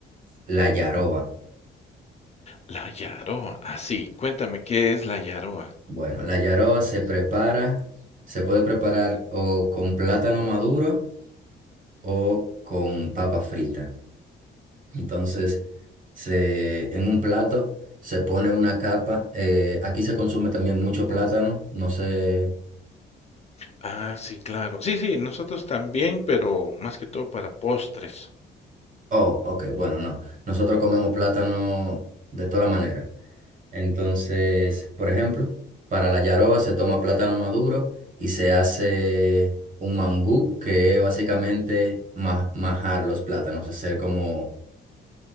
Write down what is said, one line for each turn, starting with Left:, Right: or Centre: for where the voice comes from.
Right: la yaroa.
Left: la yaroa, ah, sí, cuéntame, ¿qué es la yaroa?
Right: Bueno, la yaroa se prepara, se puede preparar o con plátano maduro o con papa frita. Entonces, se, en un plato se pone una capa. eh, aquí se consume también mucho plátano. No sé.
Left: Ah, sí, claro. Sí, sí, nosotros también, pero más que todo para postres,
Right: Oh, ok, bueno, no. Nosotros comemos plátano de toda manera. Entonces, por ejemplo, para la yaroba se toma plátano maduro y se hace un mangú, que es básicamente ma- majar los plátanos, hacer como,